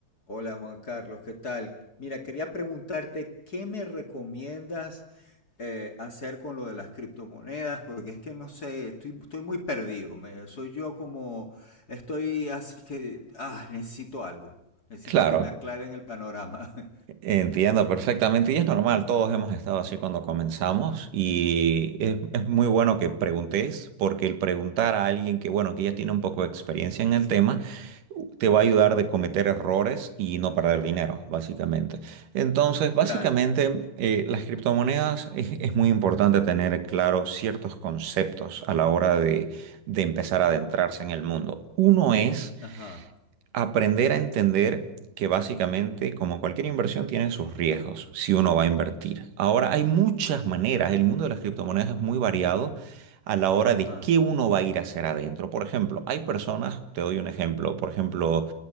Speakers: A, on the left; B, on the right.
A: Hola Juan Carlos, ¿qué tal? Mira, quería preguntarte qué me recomiendas eh, hacer con lo de las criptomonedas, porque es que no sé, estoy, estoy muy perdido. me- soy yo como, estoy así que, ah, necesito algo. Necesito
B: Claro,
A: que me aclaren el panorama. <laughs>
B: entiendo perfectamente y es normal, todos hemos estado así cuando comenzamos y es, es muy bueno que preguntes porque el preguntar a alguien que, bueno, que ya tiene un poco de experiencia en el tema, te va
A: Ujú,
B: a ayudar de cometer errores y no perder dinero, básicamente. Entonces, básicamente,
A: Claro.
B: eh, las criptomonedas es, es muy importante tener claro ciertos conceptos a la hora de, de empezar a adentrarse en el mundo. Uno es...
A: Ajá.
B: Aprender a entender que básicamente, como cualquier inversión, tiene sus riesgos si uno va a invertir. Ahora, hay muchas maneras, el mundo de las criptomonedas es muy variado a la hora
A: Ajá.
B: de qué uno va a ir a hacer adentro. Por ejemplo, hay personas, te doy un ejemplo, por ejemplo,